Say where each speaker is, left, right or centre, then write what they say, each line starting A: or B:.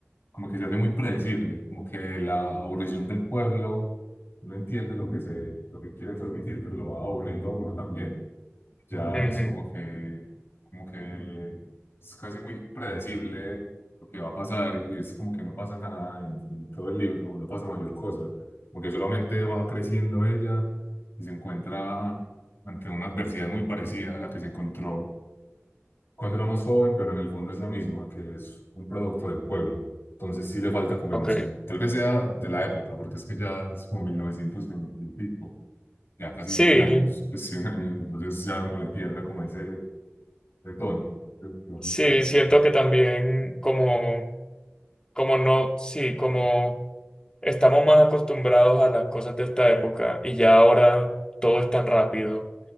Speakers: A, on the left; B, on the left.
A: como que se hace muy predecible, como que la aburrición del pueblo, uno entiende lo que se, lo que quiere transmitir, pero lo va aburriendo a uno también. Ya
B: Ujú,
A: es como que, como que es casi muy predecible lo que va a pasar y es como que no pasa nada en, en todo el libro, no pasa mayor cosa, porque solamente va creciendo ella y se encuentra ante una adversidad muy parecida a la que se encontró cuando era más joven, pero en el fondo es la misma, que es un producto del pueblo. Entonces sí le falta como
B: Ok.
A: emoción. Tal vez sea de la época, porque es que ya es como 1920 y pico, ya casi
B: Sí,
A: 100 años, pues 100 años, entonces ya uno le pierde como ese, ese tono que uno
B: Sí,
A: está acostumbrado.
B: siento que también como, como no, sí, como estamos más acostumbrados a las cosas de esta época y ya ahora todo es tan rápido,